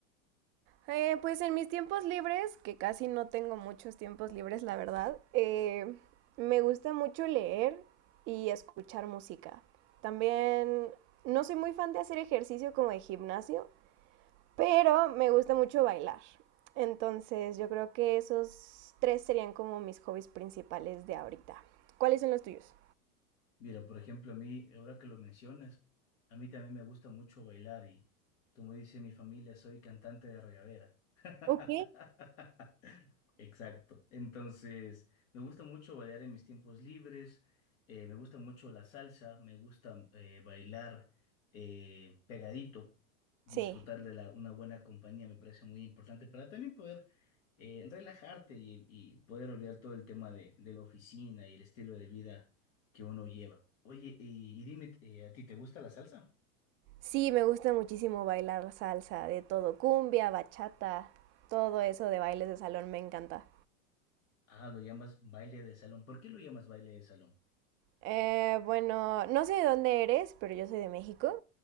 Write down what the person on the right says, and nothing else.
Eh, pues en mis tiempos libres, que casi no tengo muchos tiempos libres, la verdad, eh, me gusta mucho leer y escuchar música. También no soy muy fan de hacer ejercicio como de gimnasio, pero me gusta mucho bailar. Entonces yo creo que esos tres serían como mis hobbies principales de ahorita. ¿Cuáles son los tuyos?
Ok,
Sí.
Sí, me gusta muchísimo bailar salsa, de todo, cumbia, bachata, todo eso de bailes de salón me encanta.
Eh, bueno, no sé de dónde eres, pero yo soy de México